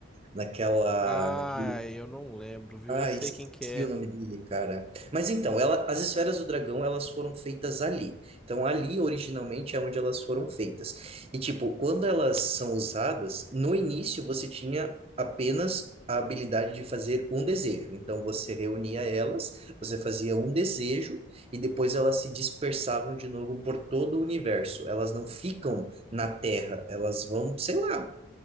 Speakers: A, on the right; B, in the centre.
A: naquela,
B: Ah,
A: naquele
B: eu não lembro, viu?
A: ah,
B: Eu sei
A: esqueci
B: quem que é.
A: o nome dele, cara. Mas então, ela, as esferas do dragão, elas foram feitas ali. Então, ali originalmente é onde elas foram feitas. E tipo, quando elas são usadas, no início você tinha apenas a habilidade de fazer um desejo. Então, você reunia elas, você fazia um desejo e depois elas se dispersavam de novo por todo o universo. Elas não ficam na Terra, elas vão, sei lá,